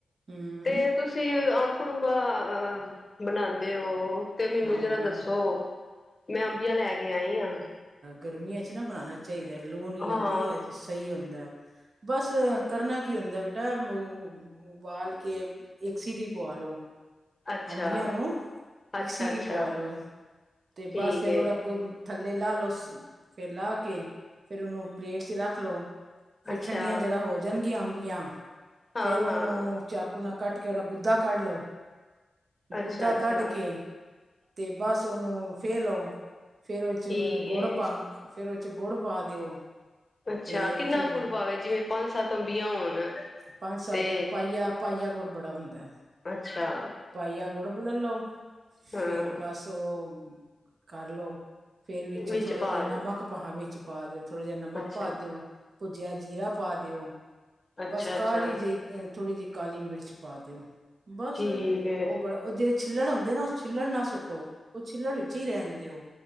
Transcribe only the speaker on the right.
ਹਮ।
ਹਮ ਹਮ
ਗਰਮੀ ਚ ਨਾ ਬਣਾਣਾ ਚਾਹੀਦਾ ਲੂ ਨਹੀਂ ਲੱਗਦੀ
ਸਹੀ ਹੁੰਦਾ। ਬਸ ਕਰਨਾ ਕੀ ਹੁੰਦਾ ਬੇਟਾ ਉਬਾਲ ਕੇ ਇਕ ਸੀਟੀ ਪਵਾ ਲੋ।
ਅੰਬੀਆਂ ਨੂੰ ਇੱਕ
ਸੀਟੀ
ਪਵਾ ਲਓ ਤੇ
ਬਸ ਫੇਰ
ਉਹ ਅੱਗੋਂ ਥੱਲੇ ਲਾ ਲਓ ਫਿਰ ਲਾ ਕੇ ਫਿਰ ਉਹਨੂੰ ਪਲੇਟ ਚ ਰੱਖ ਲੋ। ਫਿਰ
ਠੰਡੀਆਂ ਜਦਾ ਹੋ ਜਾਣਗੀਆਂ ਅੰਬੀਆਂ
ਫਿਰ
ਉਹਨੂੰ ਚਾਕੂ ਨਾਲ ਕੱਟ ਕੇ ਓਦਾ ਗੁੱਦਾ ਕੱਢ ਲਓ
ਗੁੱਦਾ
ਕੱਢ ਕੇ ਤੇ ਬਸ ਉਹਨੂੰ ਫੇ ਲਹੋ ਫਿਰ ਉਦੇ
ਚ ਗੁੜ
ਪਾ ਫੇਿਰ ਉਦੇ ਚ ਗੁੜ ਪਾ ਦਿਓ।
ਫੇਰ
ਥੋ
ਪੰਜ ਸੱਤ
ਪਾਈਆ ਪਾਈਆ ਗੁੜ ਬੜਾ ਹੁੰਦਾ।
ਪਾਈਆ ਗੁੜਬ ਲੈ ਲਉ ਫੇਰ
ਬਸ ਉਹ ਕਰ ਲੋ। ਫੇਰ ਵਿਚ
ਥੋੜ੍ਹਾ
ਜਿਹਾ ਨਮਕ
ਪਾ ਵਿਚ ਦਿਓ ਥੋੜ੍ਹਾ ਜਿਹਾ ਨਮਕ
ਪਾ ਦਿਓ। ਭੁਜਯਾ ਜੀਰਾ ਪਾ ਦਿਓ
ਬਸ
ਕਾਲੀ ਜਿਹੀ ਥੋੜ੍ਹੀ ਜਿਹੀ ਕਾਲੀ ਮਿਰਚ ਪਾ ਦਿਓ ਬਸ
ਉਹ ਬੜਾ ਉਹ ਜੇੜੇ ਛਿੱਲੜ ਹੁੰਦੇ ਨਾ ਉਹ ਛਿੱਲੜ ਨਾ ਸੁੱਟੋ ਉਹ ਛਿੱਲੜ ਵਿਚ ਹੀ ਰਹਿਣ ਦਇਓ।